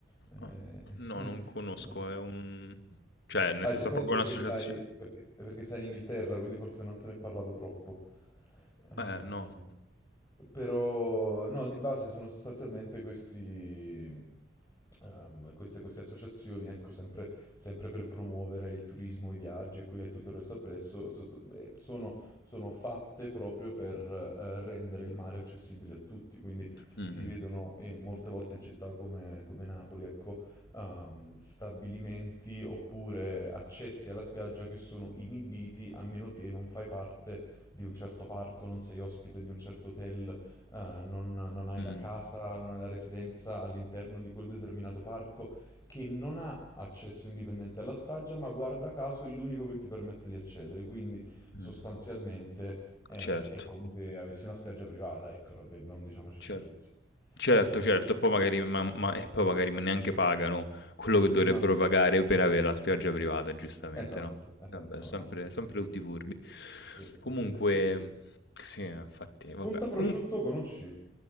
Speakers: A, on the left; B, on the left.
A: eh,
B: Ah, no,
A: <laughs>
B: non conosco, è un... Cioè, nel
A: Ah,
B: senso,
A: giustamente
B: è proprio
A: perché
B: un'associazione.
A: stai, perché, perché stai in Inghilterra, quindi forse non se ne è parlato troppo. Eh,
B: Eh, no.
A: però no, di base sono sostanzialmente questi, ehm, queste, queste associazioni, ecco, sempre, sempre per promuovere il turismo, i viaggi e qui- e tutto il resto appresso, so- so- eh, sono, sono fatte proprio per eh, rendere il mare accessibile a tutti, quindi
B: Mhm,
A: si vedono eh, molte volte in città come, come Napoli, ecco, ehm, stabilimenti oppure accessi alla spiaggia che sono inibiti a meno che non fai parte di un certo parco, non sei ospite di un certo hotel, eh, non, non hai
B: mhm,
A: la casa, non hai la residenza all'interno di quel determinato parco, che non ha accesso indipendente alla spiaggia, ma guarda caso è l'unico che ti permette di accedere. Quindi
B: mhm.
A: sostanzialmente è,
B: Certo,
A: è come se avessi una spiaggia privata, ecco, no, de- non diciamoci
B: certo.
A: sciocchezze.
B: Certo,
A: Eh,
B: certo, e poi magari ma ma e poi magari ma neanche pagano quello che dovrebbero
A: ma
B: pagare per avere la spiaggia privata, giustamente,
A: esatto,
B: no,
A: esatto,
B: vabbè sempre
A: no.
B: sempre tutti furbi.
A: Sì,
B: Comunque
A: sempre tutti pure.
B: sì, infatti vabbè.
A: Pontaprosciutto
B: Comun
A: conosci?